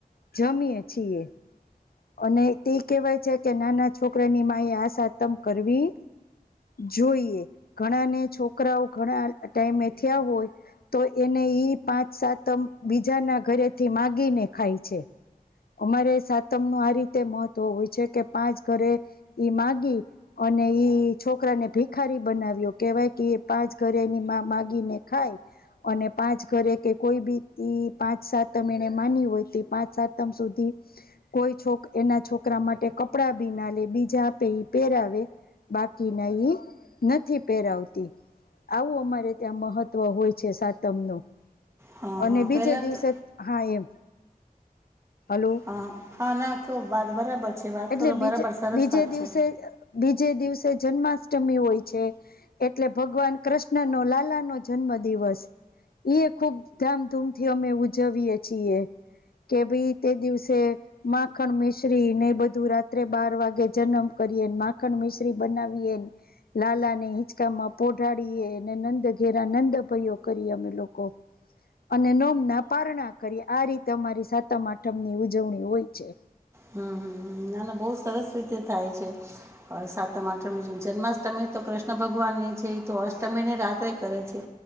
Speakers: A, on the left; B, on the right.
A: જમીએ છી એ અને તે કેહેવાય છે કે નાના છોકરાની મા એ આ સાતમ કરવી જોઈએ ઘણા ને છોકરાઓ ઘણા ટાઈમે થયા હોય તો એને ઈ પાંચ સાતમ બીજાના ઘરેથી માગીને ખાય છે અમારે સાત તમનું આ રીતે મહત્વ હોય છે કે પાંચ ઘરે ઈ માગી અને ઈ છોકરા ભીખારી બનાવ્યો કેવાય કે એ પાંચ ઘરે એની મા માગીને ખાય અને પાંચ ઘરે કે કોઈ બી પાંચ સાતમ એને માની હોય તે પાંચ સાતમ સુધી કોઈ છોક એના છોકરા માટે કપડાં બી ના લે બીજા પે પહેરાવે બાકીને એ નથી પેરાવતી આવું અમારે ત્યાં મહત્વ હોય છે સાતમ નું
B: હા
A: અને
B: હા
A: બીજે
B: પહેલાં
A: દિવસે
B: તો
A: હા એમ હલો
B: હા હા ના કત બરાબર છે વાત
A: એટલે
B: કરો
A: બીજ
B: બરાબર સરસ
A: બીજે
B: વાત
A: દિવસે
B: છે.
A: બીજ જે દિવસે જન્માષ્ટમી હોય છે એટલે ભગવાન કૃષ્ણ નો લાલા નો જન્મ દિવસ એ ખૂબ ધામધૂમથી અમે ઉજવીયએ છીએ કે ભાઈ તે દિવસે માખણ મિશ્રી ને બધું રાત્રે બાર વાગે જન્મ કરીએ માખણ મિશ્રી બનાવીએ લાલા ને હિંચકા પોઢાડીએ અને નંદ ઘેરા નંદ ભાઈયો કરી અમે લોકો અને નોમ ના પારણા કરી આ રીતે અમારી સાતમ આઠમની ઉજવણી હોય છે
B: હમ નાના બહ સરસ રીતે થાય છે સાતમાઠમ જન્માષ્ટમી તો કૃષ્ણ ભગવાન ને છે એ તો અષ્ટમય ને રાત ે છે